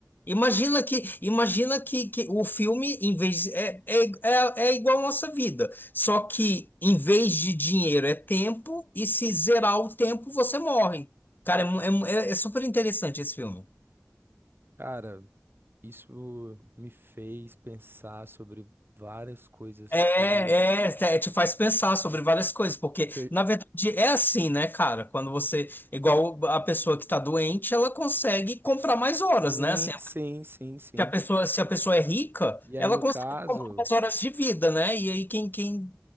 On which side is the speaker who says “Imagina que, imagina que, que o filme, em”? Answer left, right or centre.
Left